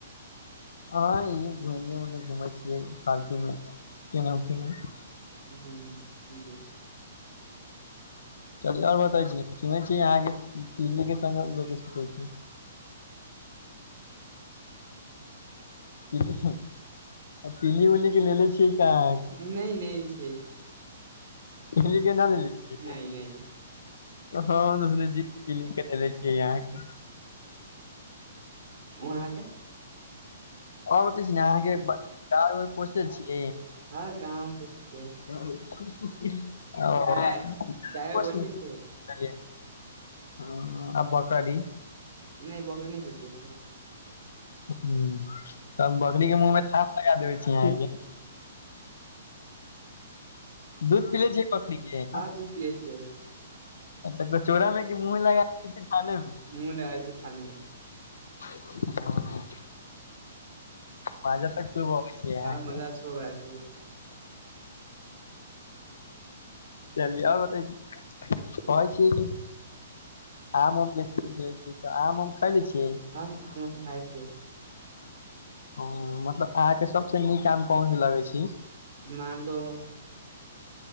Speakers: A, on the left (about 70°); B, on the right (about 65°).
A: हँ इ घुने उने घुमे छियै फालतू मे केनाहु केनहु
B: ह जी
A: चल आओर बताे छी सुनै छी यहाँ के पीली के संग सुते छी
B: <unintelligible>
A: पीली पीली उली के लेले छियै का अहाँ
B: नहि नहि छै
A: इ के न लेे छिय
B: नहि नहि
A: हँ सु क लि करने छियै यहाँके
B: उहाँके
A: आ बत छी ने अहाँके ग पोछल छिय ह
B: हँ गाँव पोसै छियै
A: <unintelligible>
B: गाय गायो पोसै छियै
A: <unintelligible> हँ आ बकरी
B: नहि बकरी नहि पोछले छिये
A: हू तब बकरी के मुँह मे थाप लगा देबे छी अहाँके दूध पीले छैय बकरी के
B: हँ दूध पियै छियै
A: आ तऽ कचोरा में कि मुँह लगा छै थाने मे
B: मुँह लग आइ छै ाने मे
A: हँ मजा तऽ खूब अ्य अहाँके
B: हँ मजा खूब आय छै
A: चली आओर बताै छी कहे छिये कि आम उम कें रहै छै तऽ आम उम खाय ले छियै
B: हँ हम आम उम खाय छ
A: हू मतलब अहाँके सबसँ नीक आम कहन से लगै छी
B: मानलो